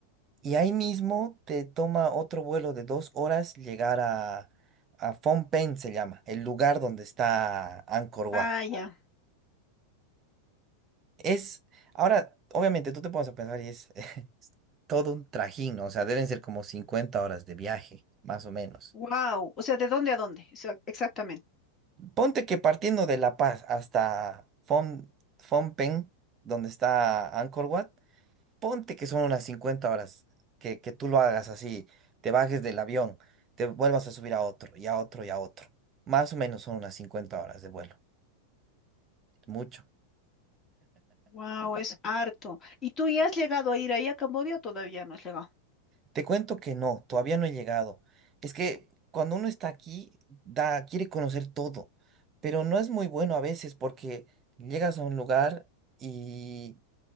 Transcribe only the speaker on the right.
y ahí mismo te toma otro vuelo de dos horas llegar a, a Phnom Penh, se llama, el lugar donde está Angkor Wat.
Es, ahora, obviamente tú te pones a pensar y es <laughs> todo un trajín, ¿no? O sea, deben ser como 50 horas de viaje, más o menos.
Ponte que partiendo de La Paz hasta Phom, Phnom Penh, donde está Angkor Wat, ponte que son unas 50 horas, que, que tú lo hagas así, te bajes del avión, te vuelvas a subir a otro, y a otro, y a otro. Más o menos son unas 50 horas de vuelo, mucho.
Te cuento que no, todavía no he llegado. Es que cuando uno está aquí, da, quiere conocer todo, pero no es muy bueno a veces porque llegas a un lugar y